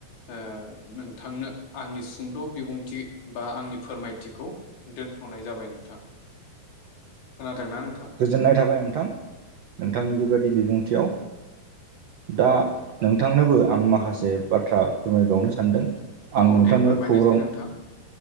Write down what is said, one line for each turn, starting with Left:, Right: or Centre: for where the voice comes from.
Left: ओ नोंथांनो आंनि सुंद' बिबुंथि बा आंनि फोरमायथिखौ दोनथ'नाय जाबाय नोंथां खोनादोंना नोंथां?
Right: गोजोननाय थाबाय नोंथां नोंथांनि बेबायदि बिबुंथियाव दा
Left: औ
Right: नोंथांनोबो आं माखासे बाथ्रा फोरमायबावनो सानदों। आं
Left: औ
Right: नोंथांनो
Left: दे फोरमायनायसै
Right: खौरां
Left: नोंथां